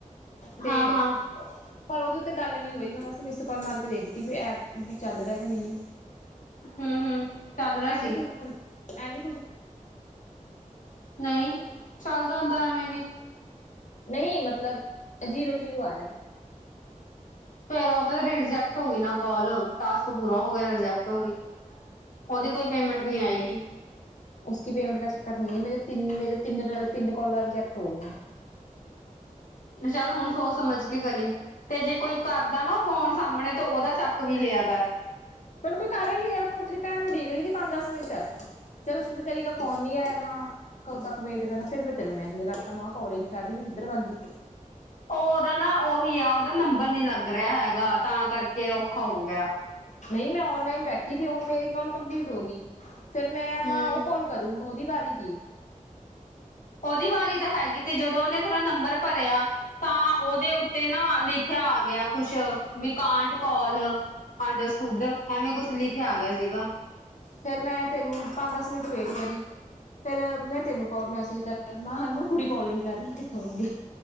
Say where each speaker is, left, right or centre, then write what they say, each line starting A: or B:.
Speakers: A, on the left (about 65°); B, on the left (about 80°).
A: ਤੇ
B: ਹਾਂ ਹਾਂ
A: ਪਰ ਉਹਦੇ ਉੱਤੇ ਗੱਲ ਨੀ ਹੋਈ ਮੈਂ ਬਸ ਮਿਸ ਕਾਲ ਮਾਰ ਕੇ ਦੇਖਤੀ ਵੀ ਐਪ ਵੀ ਚੱਲ ਰਿਹਾ ਕਿ ਨਹੀਂ?
B: <unintelligible> ਹੂੰ ਚੱਲ ਰਿਹਾ
A: ਐ
B: ਸੀ
A: ਵੀ ਕੁ ਐ ਵੀ
B: ਨਈਂ ਚੱਲ ਜਾਂਦਾ ਐਵੇਂ ਵੀ।
A: ਨਈਂ ਮਤਲਬ ਜੀਰੋ ਜੀਰੋ ਆ ਰਿਆ ਤਾ।
B: ਫੇਰ ਉਹ ਤਾਂ ਤੇ ਰਿਜੈਕਟ ਹੋ ਗਈ ਨਾ ਕੋਲ, ਟਾਸਕ ਪੂਰਾ ਹੋ ਗਿਆ ਰਿਜੈਕਟ ਹੋ ਗੀ। ਉਹਦੀ ਕੋਈ ਪੇਮੈਂਟ ਨੀ ਆਏਗੀ।
A: ਉਸ ਕੀ ਪੇਮੈਂਟ ਦਾ ਚੱਕਰ ਨਈਂ ਏਂ ਮੇਰੇ ਤਿੰਨ ਮੇਰੇ ਤਿੰਨ ਤਿੰਨ ਕੌਲਾਂ ਰਿਜੈਕਟ ਹੋ ਗਈਆਂ।
B: ਚੱਲ ਹੁਣ ਸੋਚ ਸਮਝ ਕੇ ਕਰੀਂ। ਤੇ ਜੇ ਕੋਈ ਕਰਦਾ ਨਾ ਫੋਨ ਸਾਹਮਣੇ ਤੇ ਉਹਦਾ ਚੱਕ ਵੀ ਲਿਆ ਕਰ।
A: ਕੋਈ ਕਰ ਨੀ ਰਿਹਾ ਹੁਣ ਤੇਰੀ ਭੈਣ ਨੂੰ ਉਡੀਕ ਰਹੀ ਤੀ ਪੰਜ ਦੱਸ ਮਿੰਟ, ਚੱਲੋ ਤੂੰ ਵਿਚਾਰੀ ਕਾ ਫੋਨ ਨੀ ਆਇਆ ਮਾਂ ਕਦੋਂ ਤੱਕ ਵੇਟ ਕਰਨਾ ਫਿਰ ਮੈਂ ਤੈਨੂੰ ਮੈਸੇਜ ਕਰਤਾ ਮ ਕੌਲ ਈ ਨੀ ਕਰਦੀ ਵੀ ਕਿੱਧਰ ਵਾੱਗੀ?
B: ਉਹ ਉਹਦਾ ਨਾ ਉਹੀ ਆ ਉਹਦਾ ਨੰਬਰ ਨੀ ਲੱਗ ਰਿਆ ਹੈਗਾ, ਤਾਂ ਕਰਕੇ ਔਖਾ ਹੋ ਗਿਆ।
A: ਨਹੀਂ ਮੈਂ ਔਨਲਾਈਨ ਬੈਠੀ ਤੀ ਹੁਣ ਮੇਰੀ ਕੋਲ ਕੰਪਲੀਟ ਹੋ ਗੀ। ਫਿਰ ਮੈਂ ਮਾਂ
B: ਹੂੰ
A: ਉਹ ਕੋਲ ਕਰੂ ਹੁਣ ਉਹਦੀ ਬਾਰੀ ਤੀ।
B: ਓਦੀ ਵਾਰੀ ਤਾਂ ਹੈਗੀ ਤੀ ਜਦੋਂ ਉਹਨੇ ਤੇਰਾ ਨੰਬਰ ਭਰਿਆ, ਤਾਂ ਉਹਦੇ ਤੇ ਨਾ ਲਿਖਿਆ ਆ ਗਿਆ ਕੁਸ਼ ਵੀ ਕਾਂਟ ਕੌਲ ਅੰਡਰ ਸਟੂਡ ਐਵੇਂ ਕੁਛ ਲਿਖਿਆ ਆ ਗਿਆ ਸੀਗਾ।
A: ਫਿਰ ਮੈਂ ਤੈਨੂੰ ਪੰਜ ਦਸ ਮਿੰਟ ਵੇਟ ਕਰੀ। ਫੇਰ ਮੈਂ ਤੇਨੂੰ ਕੋਲ ਮੈਸੇਜ ਕਰਤਾ ਮੈਂ ਮਾਂ ਕੁੜੀ ਕੋਲ ਨੀ ਕਰ ਰਹੀ ਮੈ ਕਿੱਥੇ ਵਾੱਗੀ?